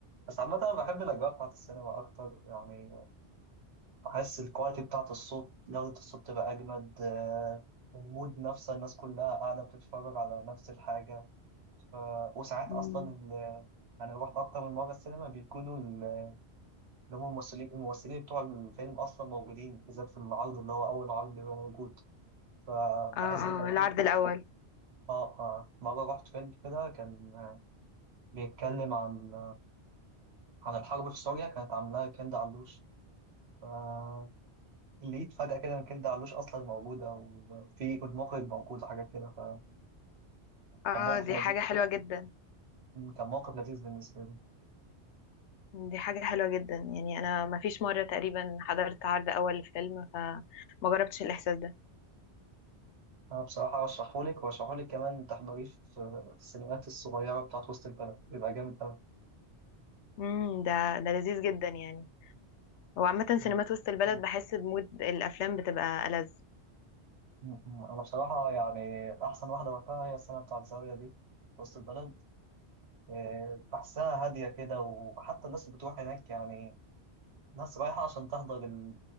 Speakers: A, on the right; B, on the left.
A: بس عامة أنا بحب الأجواء بتاعة السينما أكتر يعني بحس الكواليتي بتاعة الصوت جودة الصوت تبقى أجمد آه، المود نفسه الناس كلها قاعدة بتتفرج على نفس الحاجة ف... وساعات
B: مم.
A: أصلا ال... أنا رحت أكتر من مرة السينما بيكونوا ال- اللي هم الممثلين الممثلين بتوع الفيلم أصلا موجودين بالذات في العرض اللي هو أول عرض بيبقى موجود فبحس
B: اه اه
A: بيبقى
B: العرض
A: فيه
B: الاول
A: آه آه مرة رحت فيلم كده كان بيتكلم عن عن الحرب في سوريا كانت عاملاها كندا علوش فلقيت فجأة كده إن كندا علوش أصلا موجودة وفي المخرج موجود وحاجات كده فكان
B: اه
A: كان موقف
B: دي
A: لذيذ
B: حاجة حلوة جدا
A: كان موقف لذيذ بالنسبة لي
B: دي حاجة حلوة جدا يعني انا ما فيش مرة تقريبا حضرت عرض اول لفيلم فما جربتش الاحساس ده
A: أنا بصراحة أرشحهولك وأرشحهولك كمان تحضريه في في السينمات الصغيرة بتاعت وسط البلد بيبقى جامد أوي
B: امم ده ده لذيذ جدا يعني وعامة
A: م-
B: سينمات وسط البلد بحس بمود الافلام بتبقى ألذ
A: م- أنا بصراحة يعني أحسن واحدة وقتها هي السنة بتاعت زاوية دي في وسط البلد آه، بحسها هادية كده وحتى الناس اللي بتروح هناك يعني ناس رايحة عشان تحضر ال-